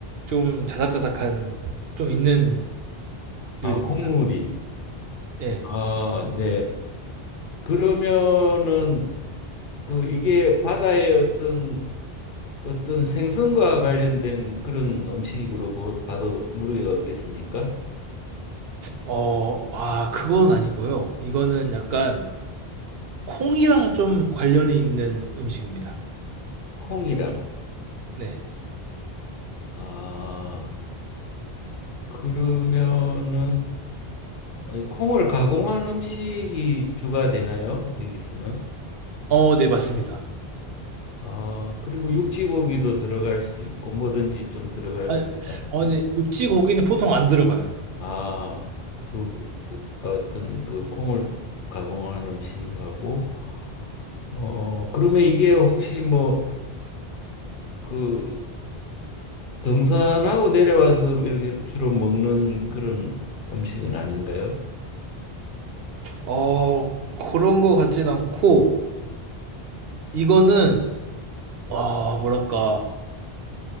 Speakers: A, on the right (about 70°); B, on the left (about 60°).
A: 좀 자작자작한 좀 있는
B: 아,
A: 요리입니다.
B: 국물이.
A: 예.
B: 아, 네. 그러면은 그 이게 바다의 어떤 어떤 생선과 관련된 그런 음식으로 보, 봐도 무리가 없겠습니까?
A: 어, 아, 그건 아니고요. 이거는 약간 콩이랑 좀 관련이 있는 음식입니다.
B: 콩이랑.
A: 네.
B: 아, 그러면은 어, 이 콩을 가공한 음식이 주가 되나요? 여기서는.
A: 어, 네, 맞습니다.
B: 아, 그리고 육지고기도 들어갈 수 있고 뭐든지 좀 들어갈
A: 아니,
B: 수 있다.
A: 어, 네, 육지 고기는 보통 안 들어가요.
B: 아, 두 어떤 그 콩을 가공한 음식하고 어, 그러면 이게 혹시 뭐 그 등산하고 내려와서 뭐 이렇게 주로 먹는 그런 음식은 아닌가요?
A: 어, 그런 거 같진 않고, 이거는, 아 뭐랄까,